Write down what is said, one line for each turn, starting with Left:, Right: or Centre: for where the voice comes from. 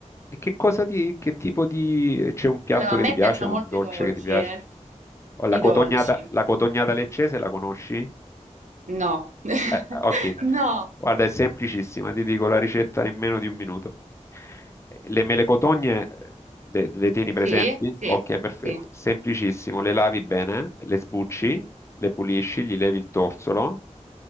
Left: E che cosa ti, che tipo di... C'è un piatto
Right: Allora, a
Left: che
Right: me
Left: ti piace,
Right: piacciono
Left: un
Right: molto
Left: dolce
Right: i dolci,
Left: che ti piace?
Right: eh.
Left: Oh, La
Right: I
Left: cotognata,
Right: dolci.
Left: la cotognata leccese la conosci?
Right: No. <laughs>
Left: Eh, ok.
Right: No.
Left: Guarda, è semplicissima, ti dico la ricetta in meno di un minuto. Le mele cotogne eh, le, le tieni
Right: Sì,
Left: presenti?
Right: sì,
Left: Ok, perfetto.
Right: sì.
Left: Semplicissimo, le lavi bene, le sbucci, le pulisci, gli levi il torsolo,